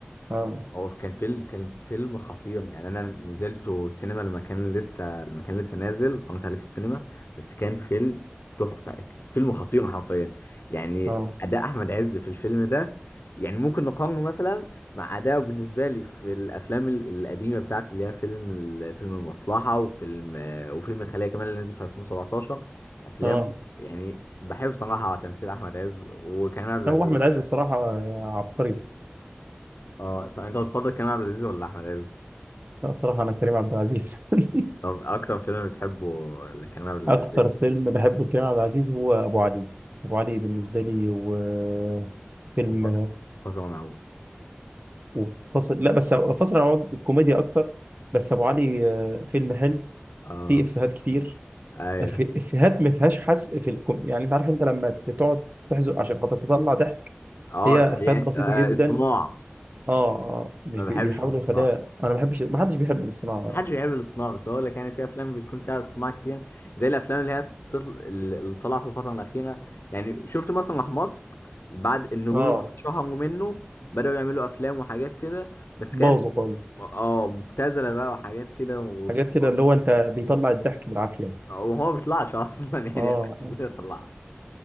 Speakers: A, on the right; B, on the left.
A: اه
B: هو كان فيلم كان فيلم خطير يعني انا نزلته سينما لما كان لسه لما كان لسه نازل اتفرجت عليه في السينما بس كان فيلم تحفه فيلم خطير حرفيا يعني
A: اه
B: اداء احمد عز في الفيلم ده يعني ممكن نقارنه مثلا مع اداءه بالنسبه لي في الافلام ال- القديمه بتاعته اللي هي فيلم ال- فيلم المصلحه وفيلم وفيلم الخليه كمان اللي نزل في 2017 افلام
A: اه
B: يعني بحب صراحه تمثيل احمد عز وكريم عبد العزيز
A: هو احمد عز الصراحة عبقري
B: اه طب انت بتفضل كريم عبد العزيز ولا احمد عز
A: لا صراحة انا كريم عبد العزيز <laughs>
B: طب اكتر فيلم بتحبه اللي كان معمول لذيذ
A: اكتر
B: ايه
A: فيلم بحبه لكريم عبد العزيز هو ابو علي ابو علي بالنسبة لي وفيلم
B: وف- فصل ونعود
A: وفصل لا بس فصل عن بعض الكوميديا اكتر بس ابو علي آه، فيلم حلو
B: اه
A: فيه افيهات كتير
B: ايوه
A: أف- افيهات ما فيهاش حزق في الكم يعني انت عارف انت لما تقعد تحزق عشان خاطر تطلع ضحك
B: اه
A: هي افيهات
B: يعني
A: بسيطه
B: آه
A: جدا
B: اصطناع
A: اه اه مش
B: ما
A: بي-
B: بحبش
A: بيحاولوا
B: الاصطناع
A: يخليها انا ما بحبش ما حدش بيحب الصناعه
B: ما حدش بيحب الاصطناع بس هو لك يعني في افلام بتكون فيها اصطناع كتير زي الافلام اللي هي تطل... اللي طالعه في الفتره الاخيره يعني شفت مسرح مصر بعد النجوم
A: اه
B: اللي اتشهروا منه بداوا يعملوا افلام وحاجات كده بس
A: باظوا
B: كانت
A: خالص
B: اه مبتذله بقى وحاجات كده واصطناع
A: حاجات كده اللي هو انت بيطلع الضحك بالعافيه
B: وهو ما بيطلعش اصلا <laughs> يعني
A: اه
B: ما بيطلعش